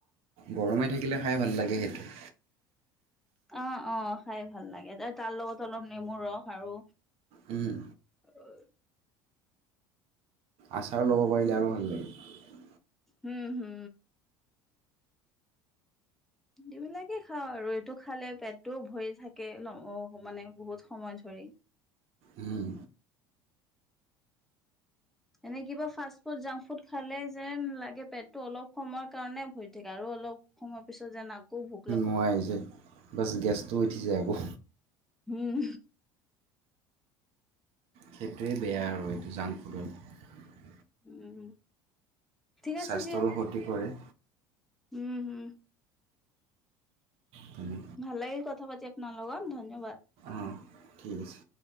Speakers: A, on the right; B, in the centre.
A: গৰমে থাকিলে খাই ভাল লাগে সেইটো।
B: অ অ, খাই ভাল লাগে, তাৰ লগত অলপ নেমু ৰস আৰু
A: উম।
B: <inaudible>
A: আচাৰো ল'ব পাৰিলে আৰু ভাল লাগে।
B: হু- হু। এইবিলাকে খাওঁ আৰু এইটো খালে পেটটোও ভৰি থাকে ন‌ মানে বহুত সময় ধৰি।
A: হম।
B: এনে কিবা ফাষ্ট ফুড, জাংক ফুড খালে যেন লাগে পেটটো অলপ সময়ৰ কাৰণে ভৰি থাকে। আৰু ৰু অলপ সময় পিছত যেন আকৌ ভু
A: পুৱাই যে বছ গেছটো উঠি যাই আকৌ।
B: হম।
A: সেইটোৱে বেয়া আৰু এইটো জাংক ফুডত।
B: উম। ঠিক
A: স্বাস্থ্যৰো
B: আছে দিয়ক
A: ক্ষতি কৰে
B: উম উম।
A: তুমি
B: ভাল লাগিল কথা পাতি আপোনাৰ লগত, ধন্যবাদ।
A: অঁ ঠিক আছে